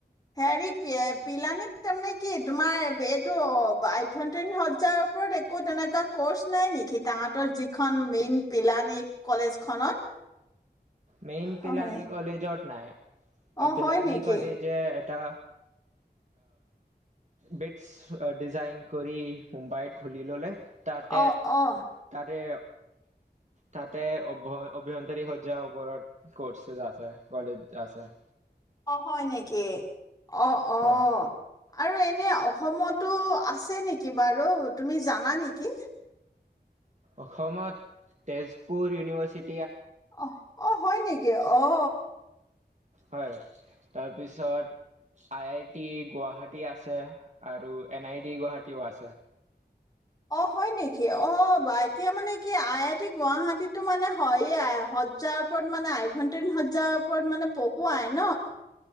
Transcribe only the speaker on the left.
হেৰি, পিয়ে পিলানী তাৰমানে কি তোমাৰ এইটো অ' আভ্যন্তৰীণ সজ্জাৰ ওপৰত একো তেনেকুৱা কৰ্চ নাই নেকি, তাহাঁতৰ যিখন মেইন পিলানী কলেজখনত?
হয়।
অ'
হয় নেকি?
অ' অ'।
অ', হয় নেকি? অঁ অ।
আৰু এনে অসমতো আছে নেকি বাৰত? তুমি জানা নেকি?
আহ অ হয় নেকি ও।
অ', হয় নেকি? অব। <unintelligible> এতিয়া মানে কি আই গুৱাহাটীতটো মানে হয় আৰু সজ্জাৰ ওপৰত মানে আভয়ন্তৰীণ সজ্জাৰ ওপৰত মানে পঢ়ুৱাই ন